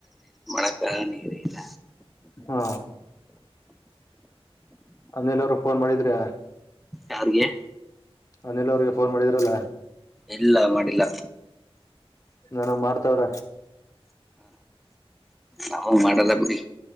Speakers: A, in the centre; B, on the left (about 35°).
A: ನೀರಲ್ಲ.
B: ಹಾ ಅನ್ನೆಲ್ಲ್ರು ಫೋನ್ ಮಾಡಿದ್ರೆ.
A: ಯಾರ್ಗೆ
B: ಅನಿಲ್ ಅವ್ರಿಗೆ ಫೋನ್ ಮಾಡಿದ್ರಲ್ಲ.
A: ಇಲ್ಲ ಮಾಡಿಲ್ಲ.
B: ನಾನ ಮಾಡ್ತಾವ್ರೇ.
A: ನಾವ್ ಮಾಡಲ್ಲ ಬಿಡಿ.